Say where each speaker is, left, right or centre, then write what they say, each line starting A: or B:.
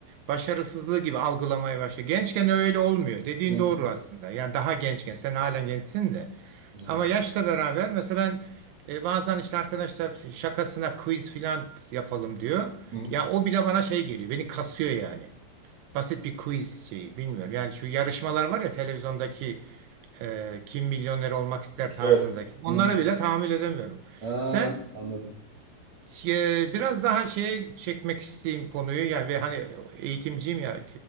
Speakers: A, on the right; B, on the right.
A: başarısızlığı gibi algılamaya başlıyor. Gençken öyle olmuyor. Dediğin
B: Hı hı.
A: doğru aslında. Yani daha gençken, sen halen gençsin de.
B: Hı
A: Ama
B: hı.
A: yaşla beraber mesela ben e, bazen işte arkadaşlar şakasına quiz filan yapalım diyor.
B: Hı.
A: Ya o bile bana şey geliyor. Beni kasıyor yani basit bir quiz şeyi bilmiyorum. Yani şu yarışmalar var ya televizyondaki e, kim milyoner olmak ister tarzındaki.
B: Evet.
A: Onlara
B: Hı.
A: bile tahammül edemiyorum.
B: Ha,
A: Sen
B: anladım.
A: e, biraz daha şeye çekmek isteyeyim konuyu. Yani ve hani eğitimciyim ya